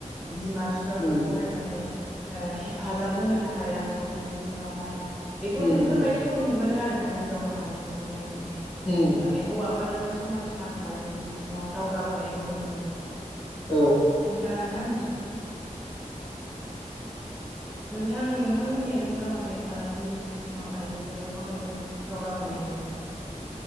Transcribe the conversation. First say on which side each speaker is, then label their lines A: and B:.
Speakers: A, in the centre; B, on the left.
A: बिमा-बिफाफोरखौहाय
B: उम
A: माने ओ हेफाजाब होनो थाखाय रांखान्थि बिथिङावहाय बेफोर
B: उम
A: बेफोरबायदिखौ
B: उम
A: नुबो आरो ना हिनजाव माहारिफोरखौहाय माने
B: उम
A: माने हौवाफोरजों समान समान फालांगि बिथिङाव दावगाबोनायखौ नुनो मोनदों।
B: औ
A: नांगौ ना नङा नोंथां नोंथांमोननि ओनसोलाव माने फालांगि बिथिङाव आइजोफोरखौ माबायदि दावगाबोनाय नुनो मोनदों।